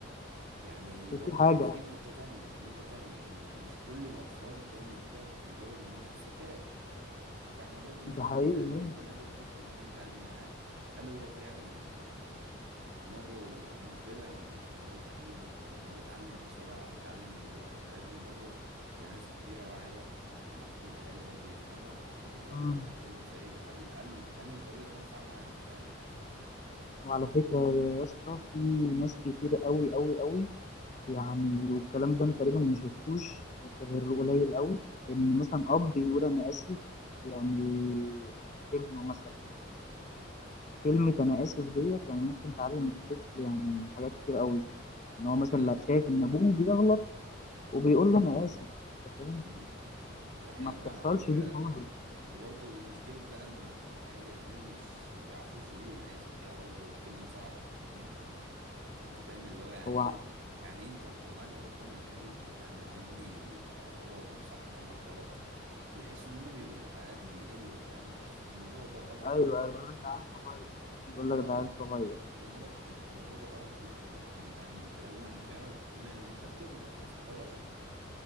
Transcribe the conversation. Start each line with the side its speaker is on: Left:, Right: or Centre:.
Right: يعني
Left: وفي
Right: برضو
Left: حاجة
Right: في في نقطة تانية في نقطة تانية ان مش كل الاطفال زي ما قلت لك بيتولدوا بنفس الذكاء فاحنا برضو لازم
Left: ده
Right: نبقى
Left: حقيقي
Right: فاهمين دماغ الطفل اللي احنا بنتعامل معاه هل هو فعلا يعني دماغه مقبلة لان هو يتعلم او ان هو يتعلم بسرعة او يتعلم ببطء احنا لازم برضو كناس كبيرة واعية والمفروض الاهالي برضو يفهموا إيه، ولادهم
Left: مم.
Right: بيفكروا ازاي وهل هل انهي طريقة تنفع معاهم فاهم
Left: وعلى فكرة يا اسطى في ناس كتير قوي قوي قوي يعني والكلام ده انا تقريبا ما شفتوش غير قليل قوي ان مثلا اب يقول انا اسف يعني
Right: امم
Left: لابنه مثلا كلمة انا اسف ديت يعني ممكن تعلم الطفل يعني حاجات كتير قوي ان هو
Right: ده
Left: مثلا
Right: حقيقة
Left: لا شايف ان ابوه بيغلط وبيقول له انا اسف أنت فاهم
Right: امم ده حقيقة
Left: ما بتحصلش
Right: فعلا على فكرة
Left: دي خالص
Right: وبرضه المشكلة بقى ان ال- الاهالي يا زميلي مش ما بيعرفوش يقولوا انا اسف دي برضه كلمة صعبة فاهمني انت فاهم اللي هو يعني
Left: هو
Right: ايه يعني ايه انت هتطلعني غلطان قدام ابني فاهم لما ابني يبقى هو الصح وانا الغلط بيحسوا ان هما بيبقوا اقل بيقلوا فاهم بس الموضوع ده غلط
Left: ايوه
Right: جدا
Left: ايوه يقول لك ده عيل صغير يقول
Right: اه
Left: لك ده عيل صغير
Right: المرض الموضوع ده غلط جدا يا زميلي فاهم انت لازم فعلا تقتنع ان انت بتغلط اصل انت بشر